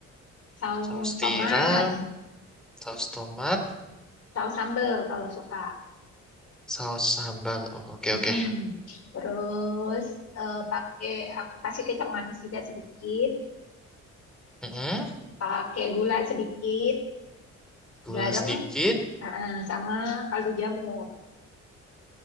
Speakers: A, on the left; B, in the centre.
A: saus
B: Saus
A: tomat
B: tiram, saus tomat,
A: saus sambel kalau suka.
B: saus sambal. Oh, oke
A: Mm-mm.
B: oke.
A: Terus eh, pakai aku kasih kecap manis juga sedikit,
B: Mm-mm.
A: pakai gula sedikit,
B: Gula
A: garam
B: sedikit,
A: eh, sama kaldu jamur.